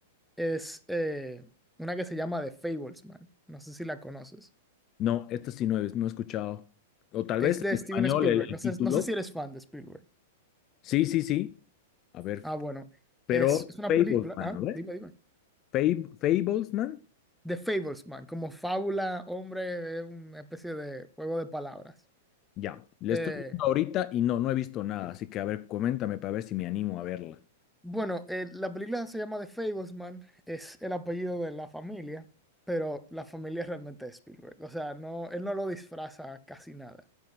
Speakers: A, in the centre; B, on the left.
A: es eh, una que se llama The Fablesman. No sé si la conoces.
B: No, esta sí no he, no he escuchado. O tal
A: Es
B: vez
A: de
B: en español
A: Steven Spielberg.
B: el el
A: No sé,
B: título.
A: no sé si eres fan de Spielberg.
B: Sí, sí, sí. A ver,
A: Ah, bueno.
B: pero
A: Es, es una
B: Fablesman,
A: película. Ah,
B: a ver.
A: dime, dime.
B: Fab- Fablesman,
A: The Fablesman, como fábula, hombre, es una especie de juego de palabras.
B: ya. Le
A: Eh,
B: estoy viendo ahorita y no, no he visto nada. Así que, a ver, coméntame para ver si me animo a verla.
A: bueno, eh, la película se llama The Fablesman, es el apellido de la familia, pero la familia realmente es Spielberg. O sea, no, él no lo disfraza casi nada.